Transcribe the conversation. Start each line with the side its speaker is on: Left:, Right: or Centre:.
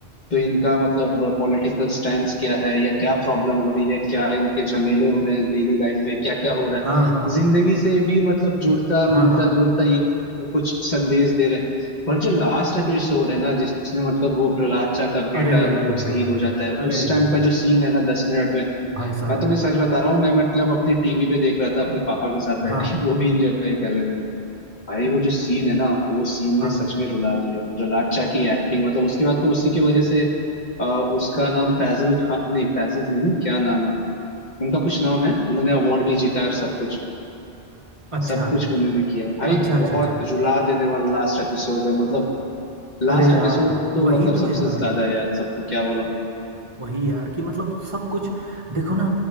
Left: तो इनका मतलब पॉलिटिकल स्टैंड क्या है या क्या प्रॉब्लम हो रही है क्या इनके झमेले हो रहे हैं डेली लाइफ में क्या क्या हो रहा
Right: हाँ
Left: है
Right: हाँ
Left: जिंदगी से भी मतलब जुड़ता
Right: हाँ
Left: मिलता
Right: हाँ
Left: जुड़ता ये कुछ संदेश दे रहे हैं पर जो लास्ट एपिसोड है ना जिसने मतलब वो प्रहलाद चा का
Right: अरे
Left: बेटा मतलब
Right: यार
Left: शहीद हो जाता है
Right: अरे
Left: उस टाइम
Right: यार
Left: का जो सीन है ना दस मिनट में
Right: भाई साहब
Left: मैं तुम्हें सच बता रहा हूँ मैं मतलब अपनी टीवी पे देख रहा था अपने पापा के साथ बैठ
Right: हाँ
Left: के वो भी इंजॉय कर रहे थे भाई वो जो सीन है ना वो सीन
Right: हाँ
Left: ने सच में रुला दिया प्रहलाद चा की एक्टिंग मतलब उसके बाद तो उसी की वजह से अ, उसका नाम फैजल खान नहीं फैजल नहीं क्या नाम है उनका कुछ नाम है उन्होंने अवार्ड भी जीता है और सब कुछ
Right: अच्छा
Left: सब कुछ उन्होंने किया है भाई
Right: अच्छा अच्छा
Left: बहुत
Right: अच्छा
Left: रुला देने वाला लास्ट एपिसोड है मतलब लास्ट
Right: अरे यार
Left: एपिसोड तो
Right: वही
Left: मतलब
Right: तो
Left: सबसे
Right: यार
Left: ज्यादा है यार सबको क्या बोलो
Right: वही यार कि मतलब सब कुछ देखो ना